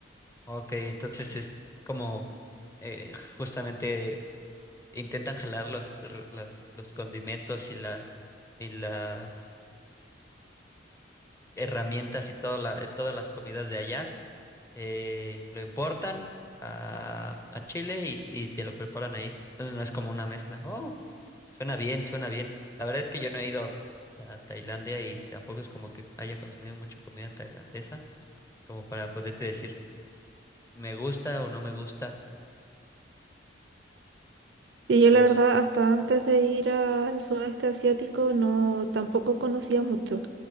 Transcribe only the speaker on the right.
Sí, yo
la verdad
hasta antes de ir al sudeste asiático no tampoco conocía mucho.